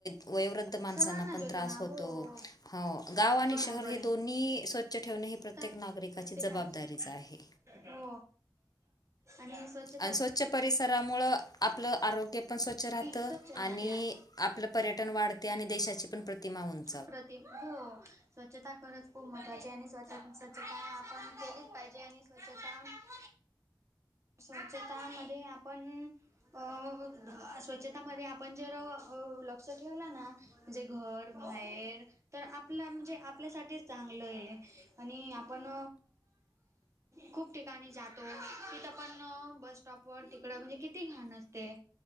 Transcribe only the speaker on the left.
वयोवृद्ध माणसांना
पण
त्रास
होतो.
हो, गाव आणि
शहर हे
दोन्ही स्वच्छ ठेवणे हे प्रत्येक
नागरिकाची
जबाबदारीच आहे.
आणि स्वच्छ परिसरामुळं आपलं आरोग्य ते पण स्वच्छ राहतं
आणि आपलं पर्यटन वाढते आणि देशाची पण प्रतिमा उनते